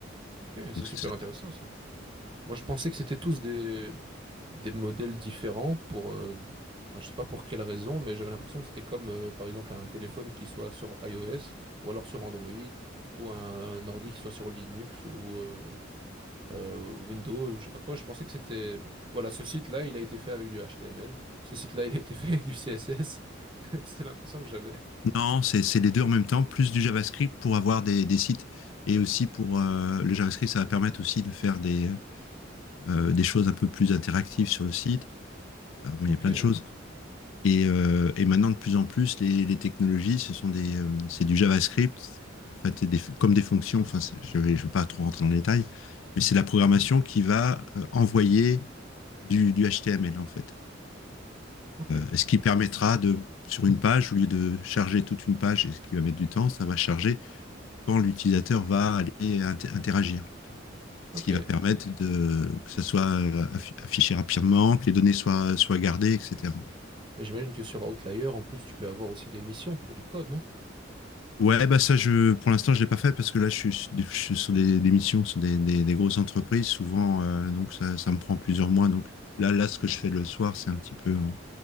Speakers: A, on the right; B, on the left.
A: Ok, c'est
B: Donc
A: super
B: c'est ça.
A: intéressant ça. Moi, je pensais que c'était tous des, des modèles différents pour, euh, enfin, je sais pas pour quelle raison, mais j'avais l'impression que c'était comme, euh, par exemple, un téléphone qui soit sur iOS ou alors sur Android ou un, ordi qui soit sur Linux ou, euh, euh, Windows ou je sais pas quoi. Je pensais que c'était... Voilà, ce site-là, il a été fait avec du HTML. Ce site-là, il a été <laughs> fait avec du CSS. <laughs> C'est l'impression que j'avais.
B: Non, c'est c'est les deux en même temps, plus du JavaScript pour avoir des, des sites et aussi pour euh, le JavaScript, ça va permettre aussi de faire des, euh, des choses un peu plus interactives sur le site. Euh, bon, il
A: Ok,
B: y a plein de choses. Et, euh, et maintenant, de plus en plus, les, les technologies, ce sont des, euh, c'est du JavaScript, en fait, c'est des, comme des fonctions. Enfin, c'est- je ne vais, je vais pas trop rentrer dans le détail, mais c'est la programmation qui va euh, envoyer du, du HTML en fait.
A: ok,
B: est ce qui permettra de, sur une page, au lieu de charger toute une page, et ce qui va mettre du temps, ça va charger quand l'utilisateur va aller inter- interagir. Tu vois. Ce
A: ok.
B: qui va permettre de, que ça soit affiché rapidement, que les données soient, soient gardées, etc.
A: Mais j'imagine que sur Outlier, en plus, tu peux avoir aussi des missions pour du code, non?
B: Ouais, bah ça, je, pour l'instant, je l'ai pas fait parce que là, je suis, je suis sur des, des, missions, sur des, des, des grosses entreprises. Souvent, euh, donc ça, ça, me prend plusieurs mois. Donc là, là, ce que je fais le soir, c'est un petit peu en,